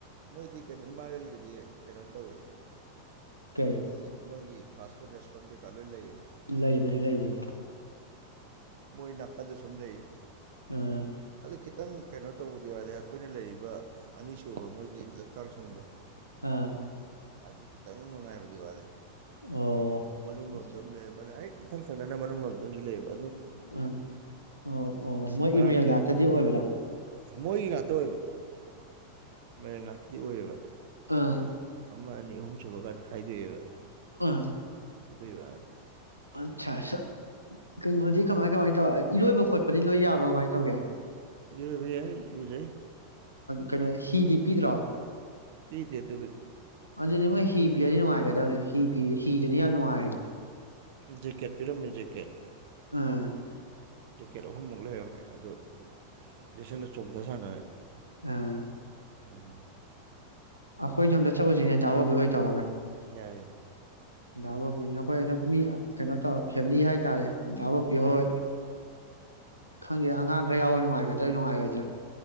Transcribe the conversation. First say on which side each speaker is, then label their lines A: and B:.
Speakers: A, on the right; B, on the right.
A: ꯃꯣꯏꯗꯤ ꯀꯩꯅꯣ ꯏꯃꯥꯔꯦꯟꯒꯤꯗꯤ ꯀꯩꯅꯣ ꯇꯧꯋꯦ
B: ꯀꯩ
A: ꯃꯤ ꯃꯣꯏꯒꯤ ꯐꯥꯁ ꯐꯨꯗ ꯔꯦꯇꯨꯔꯦꯟ ꯀꯩꯀꯥ ꯂꯣꯏ ꯂꯩꯌꯦꯕ
B: ꯂꯩꯕꯅꯤ ꯂꯩꯕꯅꯤ
A: ꯃꯣꯏ ꯅꯥꯀꯟꯗ ꯁꯨꯝ ꯂꯩ
B: ꯑꯝ
A: ꯈꯤꯇꯪ ꯀꯩꯅꯣ ꯇꯧꯕꯗꯤ ꯋꯥꯂꯦ ꯑꯩꯈꯣꯏꯅ ꯂꯩꯔꯤꯕ ꯑꯅꯤꯁꯨꯕ ꯃꯣꯏꯒꯤ ꯂꯧꯇꯥꯛꯁꯪꯗꯣ
B: ꯑꯥ
A: ꯑꯗꯨ ꯈꯤꯇꯪ ꯅꯨꯡꯉꯥꯏꯕꯗꯤ ꯋꯥꯠꯂꯦ
B: ꯑꯣ
A: ꯃꯅꯨꯡ ꯂꯣꯝꯗꯕꯅꯦ
B: ꯑꯠꯆꯥ
A: ꯑꯩ ꯏꯊꯪ ꯊꯪꯅꯅ ꯃꯅꯨꯡ ꯂꯣꯝꯗ ꯑꯗꯨ ꯂꯩꯕ
B: ꯎꯝ ꯑꯣ ꯑꯣ ꯃꯣꯏ
A: ꯉꯔꯥꯡꯗꯤ
B: ꯏꯃꯦꯜ ꯉꯥꯛꯇꯗꯤ ꯑꯣꯏꯕꯗ
A: ꯃꯣꯏꯒꯤ ꯉꯥꯛꯇ ꯑꯣꯏꯕ ꯃꯔꯦꯟ ꯉꯥꯛꯇꯗꯤ ꯑꯣꯏꯌꯦꯕ
B: ꯑꯥ
A: ꯑꯗ ꯑꯃ ꯑꯅꯤ ꯑꯍꯨꯝ ꯁꯨꯕꯀꯥꯟꯗ ꯈꯥꯏꯗꯣꯛꯑꯦꯕ
B: ꯑ
A: ꯑꯗꯨꯏ ꯋꯥꯅꯤ
B: ꯑꯆꯥ ꯁ ꯀꯩꯅꯅ ꯀꯃꯥꯏ ꯀꯃꯥꯏ ꯏꯔꯣꯏꯕ ꯈꯣꯠꯄꯗꯤ ꯂꯣꯏ ꯌꯥꯕ꯭ꯔꯥ ꯀꯃꯥꯏꯅ ꯇꯧꯒꯦ
A: ꯏꯔꯣꯏꯕ ꯌꯥꯏ ꯏꯔꯨꯖꯩ
B: ꯀꯩꯅꯣ ꯍꯤꯗꯤ ꯄꯤꯗ꯭ꯔꯣ
A: ꯄꯤꯗꯦ ꯑꯗꯨ ꯑꯗꯨꯕꯨꯗꯤ
B: ꯅꯦ ꯃꯣꯏ ꯍꯤ ꯄꯤꯔꯗꯤ ꯅꯨꯡꯉꯥꯏꯒꯗꯕꯅꯦ ꯍꯤ ꯍꯤ ꯄꯤꯔꯗꯤ ꯍꯤꯗꯨꯅ ꯌꯥꯝ ꯅꯨꯡꯉꯥꯏꯔꯦ
A: ꯖꯦꯀꯦꯠ ꯄꯤꯔꯝꯃꯦ ꯖꯦꯀꯦꯠ
B: ꯑꯥ
A: ꯖꯦꯀꯦꯠ ꯑꯍꯨꯝꯃꯨꯛ ꯂꯩꯔꯝꯃꯦ ꯑꯗꯣ ꯂꯤꯁꯜꯟꯅ ꯆꯣꯡꯊ ꯁꯥꯟꯅꯔ
B: ꯑꯥ
A: ꯎꯝ
B: ꯑꯈꯣꯏ ꯁꯣꯝꯗꯥ ꯁꯛꯎꯁꯤꯅꯦ ꯇꯥꯕꯣꯕꯨ ꯍꯣꯏ ꯇꯧꯔꯒ
A: ꯌꯥꯏꯌꯦ
B: ꯟꯗꯥ ꯕꯣꯕꯤꯅꯦ ꯑꯩꯈꯣꯏ ꯑꯗꯨꯝ ꯃꯤ ꯀꯩꯅꯣ ꯇꯧꯔ ꯐꯦꯃꯤꯂꯤ ꯍꯥꯏꯇꯥꯔꯦ ꯗꯥ ꯑꯣꯄꯤꯌꯣ
A: ꯌꯥꯏ
B: ꯍꯣꯏ ꯈꯪꯗꯦ ꯑꯉꯥꯡ ꯈꯔ ꯌꯥꯎꯋꯦ ꯅꯨꯡꯉꯥꯏꯒꯗ꯭ꯔꯥ ꯅꯨꯡꯉꯥꯏꯔꯣꯏꯗ꯭ꯔꯥ